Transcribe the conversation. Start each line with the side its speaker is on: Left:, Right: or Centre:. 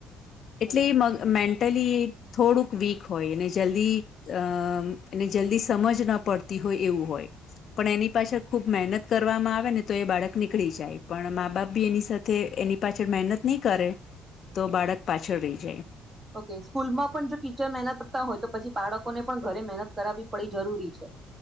Right: હમ
Left: એટલે એ મ મેન્ટલી થોડુંક વીક હોયને જલ્દી અમ એને જલ્દી સમજ ના પડતી હોય એવું હોય પણ એની પાછળ ખુબ મહેનત કરવામાં આવે ને તો એ બાળક નીકળી જાય પણ મા બાપ બી એની સાથે એની પાછળ મહેનત ની કરે તો બાળક પાછળ રહી જાય.
Right: ઓકે સ્કૂલમાં પણ જો ટીચર મહેનત કરતા હોય તો પછી બાળકોને પણ ઘરે મહેનત કરાવવી પડી જરૂરી છે.